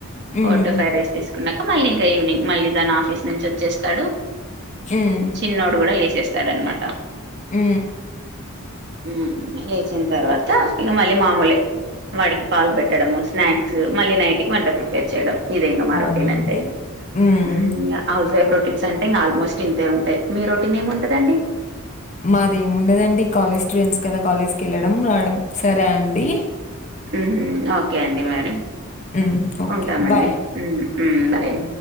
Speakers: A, on the left (about 30°); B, on the right (about 50°).
A: హ్మ్. హ్మ్.
B: ఫోర్ టూ ఫైవ్ రెస్ట్ తీసుకున్నాక మళ్ళీ ఇంకా ఈవినింగ్ మళ్ళీ దాని ఆఫీస్ నుంచి వచ్చేస్తాడు.
A: హ్మ్.
B: చిన్నోడు కూడా లేసేస్తాడనమాట
A: అ
B: మ్ లేచిన తర్వాత ఇక మళ్ళీ మామూలే వాడికి పాలు పెట్టడం, స్నాక్స్ మళ్ళీ నైట్కి వంట ప్రపేర్ చేయడం ఇదే ఇంగా మా
A: అవునా
B: రొటీన్
A: అండి?
B: అంటే
A: హ్మ్.
B: మ్ ఇంగ హౌస్ వైఫ్ రొ టీన్స్ అంటే ఇంకా ఆల్మోస్ట్ ఇంతే ఉంటాయి మీ రొటీన్ ఏముంటదండి?
A: మాది ఏమిండదండి కాలేజ్ స్టూడెంట్స్ కదా కాలేజ్కి వెళ్ళడం, రావడం సరే అండి.
B: ఉహు ఓకే అండి మరి
A: హ్మ్. ఓకే.
B: ఉంటామండి
A: బాయ్.
B: హ్మ్మ్ హ్మ్మ్ బాయ్ ఏ